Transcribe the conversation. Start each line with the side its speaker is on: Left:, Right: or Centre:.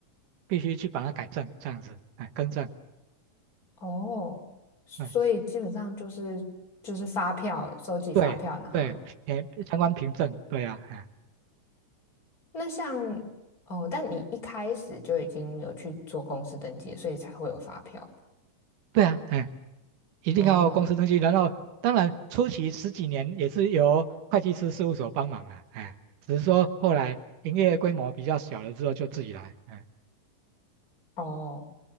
Right: 必须去把它改正，这样子，哎，更正，
Left: 哦，所以基本上就是就是发票，
Right: 哎，
Left: 收集发票，
Right: 对对，
Left: 然后
Right: 评相关凭证，对啊，哎，
Left: 那像哦，但你一开始就已经有去做公司登记了所以才会有发票吧
Right: 对啊，哎。一定要公司登记，
Left: 哦
Right: 然后当然初期十几年也是由会计师事务所帮忙了，哎，只是说后来营业规模比较小了之后就自己来，哎
Left: 哦